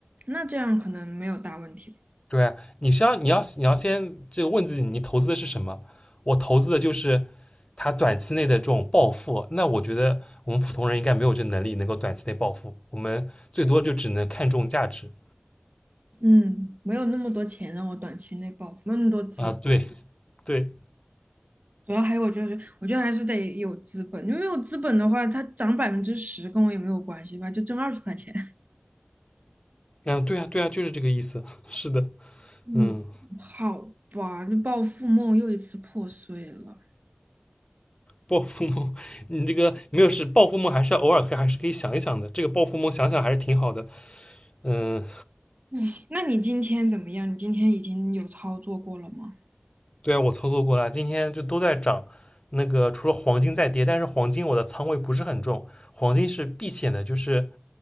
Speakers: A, on the right; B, on the left.
A: 那这样可能没有大问题吧，
B: 对啊，你先你要你要先这个问自己，你投资的是什么？我投资的就是它短期内的这种暴富。那我觉得我们普通人应该没有这能力能够短期内暴富，我们最多就只能看重价值
A: 嗯，没有那么多钱让我短期内暴富，没有那么多资本，
B: 啊。对对。
A: 主要还有我觉得，我觉得还是得有资本，你没有资本的话，它涨百分之十跟我也没有关系吧，就挣二十块钱。
B: 嗯，对啊，对啊，就是这个意思。<laughs> 是的，
A: 嗯，
B: 嗯，
A: 好吧，这暴富梦又一次破碎了。
B: 暴富梦，你这个没有事，暴富梦还是要偶尔可以还是可以想一想的。这个暴富梦想想还是挺好的。嗯，
A: 哎，那你今天怎么样？你今天已经有操作过了吗？
B: 对啊，我操作过了，今天就都在涨。那个除了黄金在跌，但是黄金我的仓位不是很重，黄金是避险的，就是